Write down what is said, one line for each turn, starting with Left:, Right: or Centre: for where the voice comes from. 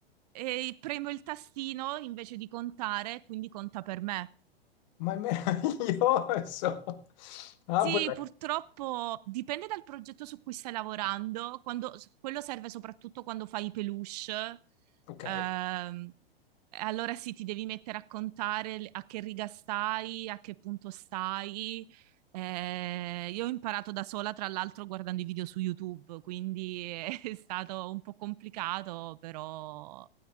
Right: e premo il tastino invece di contare, quindi conta per me.
Left: Ma è meraviglioso. Ah,
Right: Sì,
Left: potrei.
Right: purtroppo dipende dal progetto su cui stai lavorando. Quando, quello serve soprattutto quando fai i peluche.
Left: Ok.
Right: Ehm, allora sì, ti devi mettere a contare le- a che riga stai, a che punto stai. Eh, io ho imparato da sola, tra l'altro, guardando i video su YouTube, quindi <laughs> è stato un po' complicato, però